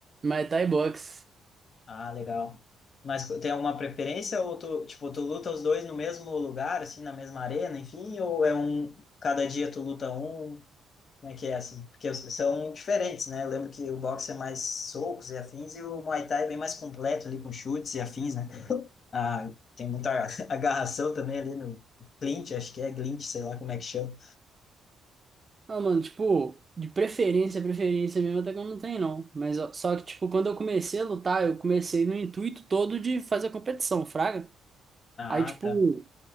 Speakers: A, on the right; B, on the left.
A: Muay Thai boxe.
B: Ah, legal. Mas tem alguma preferência ou tu, tipo, tu luta os dois no mesmo lugar, assim, na mesma arena, enfim, ou é um, cada dia tu luta um? Como é que é assim? Porque os- são diferentes, né? Eu lembro que o boxe é mais socos e afins e o Muay Thai é bem mais completo ali com chutes e afins, né? Ah, tem muita <laughs> agarração também ali no clinch, acho que é glint, sei lá como é que chama.
A: Ah, mano, tipo, de preferência, preferência mesmo, até que eu não tenho, não. Mas ó, só que, tipo, quando eu comecei a lutar, eu comecei no intuito todo de fazer competição, fraga.
B: Ah,
A: Aí, tipo,
B: tá.